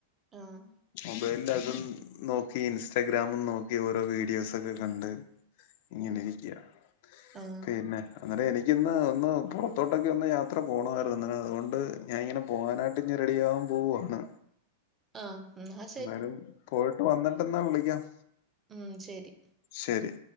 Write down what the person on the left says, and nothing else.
മൊബൈലിൽ അതും നോക്കി ഇൻസ്റ്റഗ്രാമും നോക്കി ഓരോ വീഡിയോസ് ഒക്കെ കണ്ട് ഇങ്ങനിരിക്കയാ
പിന്നെ അന്നിട്ട് എനിക്കിന്ന് ഒന്ന് പുറത്തോട്ടക്കെ ഒന്ന് യാത്ര പോകണമായിരുന്നു അതുകൊണ്ട് ഞാ ഇങ്ങനെ പോവാനായിട്ട് ഇഞ് റെഡിയാവാൻ പോവുവാണ്
എന്നാലും പോയിട്ട് വന്നിട്ട്ന്ന വിളിക്കാം
ശരി